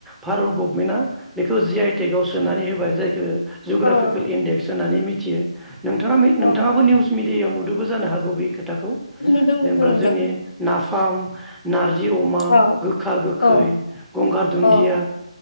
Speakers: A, in the centre; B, on the left.
A: भारत गभमेन्टआ बे खौ जि आइटेकआव सोनानै होबाय जायखो जुग्राफिकेल
B: औ
A: इन्डेक्स होननानै मिथ थियो। नोंथाङा मि
B: औ
A: नोंथाङाबो निउस मि दियाव नुदोंबो जानो हागौ बे खोथाखौ खौ
B: नुदों नोंथां
A: जेनबा
B: नुदों
A: जोंनि नाफ फाम नारजि अमा
B: औ
A: गोखा गोखै
B: औ
A: गंगार दुन्दिया
B: औ